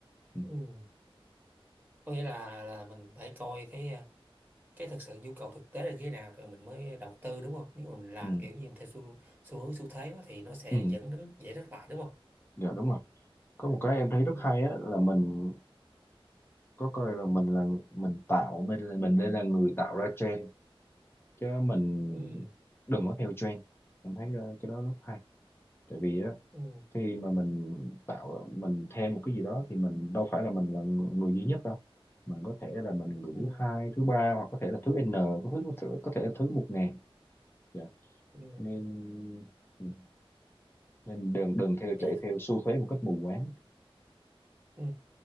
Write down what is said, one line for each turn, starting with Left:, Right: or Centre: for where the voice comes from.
Left: ừ.
Right: ừ. có nghĩa là là mình phải coi cái à, cái thực sự nhu cầu thực tế là như thế nào rồi mình mới đầu tư đúng không nếu mà mình làm
Left: Ừ.
Right: kiểu như mình theo xu xu hướng xu thế đó, thì nó sẽ
Left: Ừ.
Right: dẫn đến dễ thất bại đúng không
Left: Dạ đúng rồi có một cái em thấy
Right: ừ
Left: rất hay á là mình có coi là mình là mình tạo mình là mình đây là người tạo ra trend chứ mình
Right: ừ
Left: đừng có theo trend em thấy ờ, cái đó rất hay tại vì á
Right: ừ
Left: khi mà mình tạo mình theo một cái gì đó thì mình đâu phải là mình là người duy nhất đâu mình có thể là mình người
Right: ừ
Left: thứ hai thứ ba hoặc có thể là thứ n có thứ có thể là thứ một ngàn dạ.
Right: ừ
Left: nên ừ, nên đừng đừng theo
Right: thì
Left: chạy theo xu thế một cách mù quáng
Right: ừ